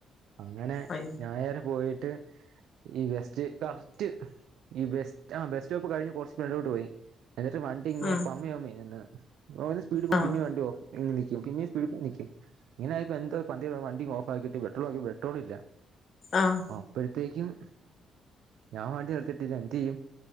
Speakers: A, on the right; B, on the left.
A: അങ്ങനെ
B: അയ്
A: ഞാൻ അതുവരെ പോയിട്ട് ഈ ബെസ്റ്റ് കറക്ട് ഈ ബസ്റ്റ് ആ ബസ്റ്റോപ്പ് കഴിഞ് കുറച്ച് മേലോട്ട് പോയി എന്നിട്ട് വ ണ്ടി ങ്ങെ
B: ഉം
A: പമ്മി പമ്മി നിന്ന് റോല് സ്പീഡ് പോകും
B: ആഹ്
A: പിന്നേവണ്ടി ഓഫ് ന്നി നിക്കു പിന്നെ വണ്ടി ഓഫ് നിക്കും പിന്നെ സ്പീഡ് പോവാ നിക്കും ഇങ്ങനെ ഇപ്പോ എന്തോ പന്തികേട് വണ്ടി ഓഫാക്കിട്ട് പെട്രോള് നോക്കിയപ്പോ പെട്രോൾ ഇല്ല
B: ആഹ്
A: അപ്പഴത്തേക്കും ഞാൻ വണ്ടി നിർത്തിയിട്ടു എന്ത്യ്യും